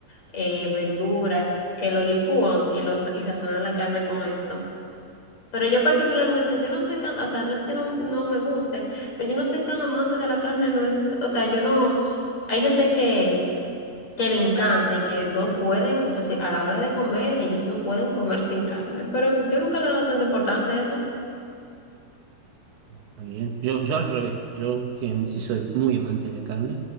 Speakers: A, on the left (about 35°); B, on the right (about 70°).
A: eh, verduras, que lo licúan y, los, y sazonan la carne con esto. Pero yo particularmente, yo no soy tan, o sea, no es que no, no me guste, pero yo no soy tan amante de la carne, no es, o sea, yo no, hay gente que que le encanta y que no pueden, o sea, si a la hora de comer, ellos no pueden comer sin carne. Pero yo nunca le he dado tanta importancia a eso.
B: Está bien. Yo, yo al revés, yo generalmente sí soy muy amante de la carne